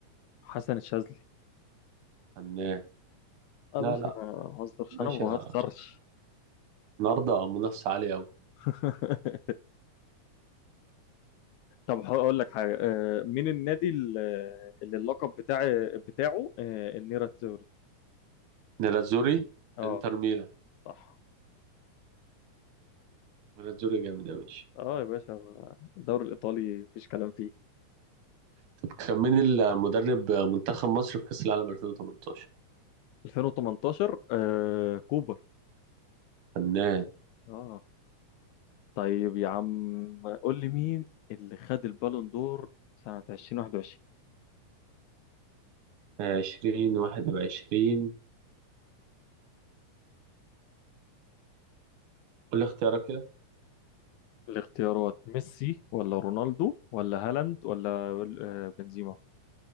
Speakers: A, on the left (about 80°); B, on the right (about 70°).
A: حسن الشاذلي
B: فنان
A: اه
B: لا
A: باش
B: لا
A: انا ما بهزرش
B: ماشي
A: انا ما بهزرش
B: يا- النهاردة منافسة عالية أوي
A: <laughs> طب هقول لك حاجه آه، مين النادي ال- اللي اللقب بتاع بتاعه آه، النيرة تزوري
B: نيراتزوري
A: اه
B: انتر ميلان
A: صح
B: مناظوري جامد يا باشا
A: اه يا باشا الدوري الايطالي مفيش كلام فيه
B: طب كان مين المدرب منتخب مصر في كأس العالم 2018
A: 2018 آه كوبر
B: فنان
A: اه طيب يا عم قول لي مين اللي خد البالون دور سنة 2021
B: 20 21 كل اختيارك كده
A: الاختيارات ميسي ولا رونالدو ولا هالاند ولا آه، بنزيما